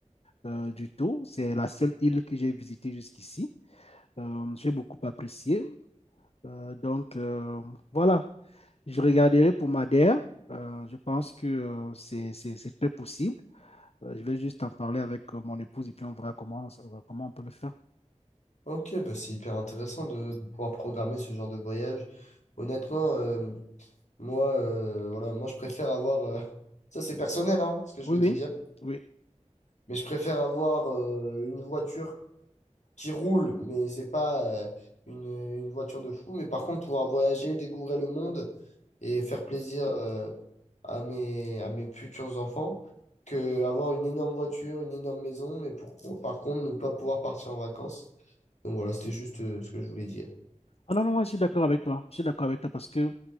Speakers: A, on the left; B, on the left.
A: euh, du tout. C'est la seule île que j'ai visitée jusqu'ici. Euh, j'ai beaucoup apprécié. Euh, donc, euh, voilà, je regarderai pour Madère. Euh, je pense que euh, c'est c'est- c'est très possible. Euh, je vais juste en parler avec euh, mon épouse et puis on verra comment, comment on peut le faire.
B: Ok, bah c'est hyper intéressant de, de pouvoir programmer ce genre de voyage. Honnêtement, euh, Moi, euh, voilà, moi, je préfère avoir. euh, <laughs> Ça, c'est personnel, hein, ce que je
A: Oui,
B: vais
A: oui,
B: te dire.
A: oui.
B: Mais je préfère avoir euh, une voiture qui roule, mais c'est pas euh, une, une voiture de fou. Mais par contre, pouvoir voyager, découvrir le monde et faire plaisir euh, à mes, à mes futurs enfants, que avoir une énorme voiture, une énorme maison, mais pour, par contre, ne pas pouvoir partir en vacances. Donc voilà, c'était juste euh, ce que je voulais dire.
A: Ah non, non, moi, je suis d'accord avec toi. Je suis d'accord avec toi parce que